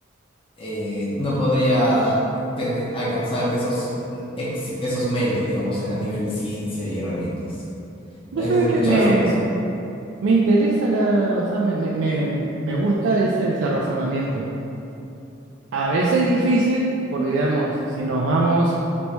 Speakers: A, on the left; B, on the right.
A: eh, no podría tener- alcanzar esos mm, éxi- esos méritos, digamos, a nivel de ciencia y herramientas.
B: ¿Vos
A: No sé
B: sabés
A: si has escuchado
B: que me,
A: sobre eso.
B: Me interesa la, o sea, me, me, me- me gusta ese, ese razonamiento. A veces es difícil, porque digamos, si nos vamos